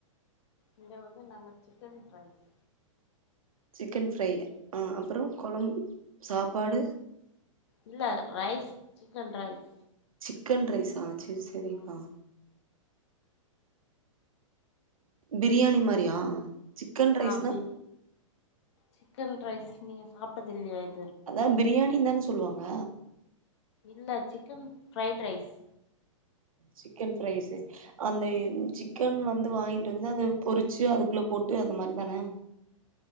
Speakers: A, on the left (about 55°); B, on the right (about 90°).
A: இங்க வந்து நாங்க சிக்கன் ரைஸ்
B: சிக்கன் ஃப்ரை ஆ அப்பறோ கொழம் சாப்பாடு
A: இல்ல ரைஸ் சிக்கன் ரைஸ்
B: சிக்கன் ரைஸா செரி செரிக்கா
A: ம்
B: பிரியாணி மாரியா சிக்கன் ரைஸ்னா
A: ஆம்பி சிக்கன் ரைஸ் நீங்க சாப்டது இல்லயா இ
B: அதா பிரியாணிந்தான சொல்லுவாங் ங்க
A: இல்ல chicken fried rice
B: chicken fresh அந்த சிக்கன் வந்து வாங்கிட்டு வந்து அத பொறிச்சு அதுக்குள்ள போட்டு அந்த மாறி தான